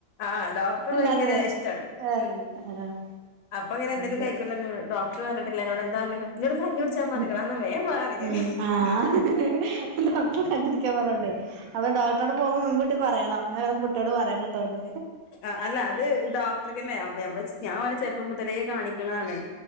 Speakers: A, on the left; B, on the right.
A: ആഹ് ഡോക്ടറ്
B: എല്ലാത്തിനും
A: വയ്ങ്കര ഇഷ്ടാണ്
B: ഏഹ്
A: ഉം
B: ആഹ്
A: അപ്പങ്ങനെ എന്തെലും
B: ശരി
A: കയ്ക്കൂല്ലന്ന് <unintelligible> ഡോക്ടറ് പറഞ്ഞിട്ടില്ല എന്നോട് എന്താ <unintelligible> പറഞ്ഞേക്കണ്
B: ഉം
A: എന്നാ വേഗം വാ പറഞ്ഞ്
B: ഉം
A: ഞാന്
B: ആഹ് ഹഹഹ ഡോക്ടറെ കണ്ടിരിക്കാ പറോണ്ട് അപ്പ ഡോക്ടറോട് പോമ്പൊ മുൻകൂട്ടി പറയണം <unintelligible> കുട്ടിയോട് പറയണട്ടോന്ന്
A: ആ അല്ല അത് ഡോക്ടർക്ക്ന്നെ വെ മ്മള് ഞാൻ ഓനെ ചെർപ്പം മുതലേ കാണിക്കണതാണ്